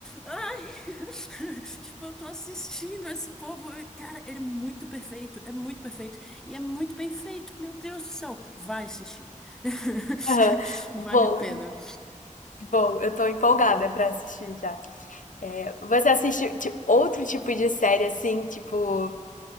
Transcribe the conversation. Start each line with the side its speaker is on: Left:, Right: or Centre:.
Centre: Ai! <laughs> Tipo, eu tô assistindo esse povo. Cara, ele é muito perfeito, é muito perfeito. E é muito bem feito, meu Deus do céu. Vai assistir. <laughs>
Left: Aham.
Centre: Vale
Left: Bom,
Centre: a pena.
Left: bom, eu tô empolgada
Centre: Hum,
Left: pra assistir já. Você assiste tipo, outro tipo de série assim, tipo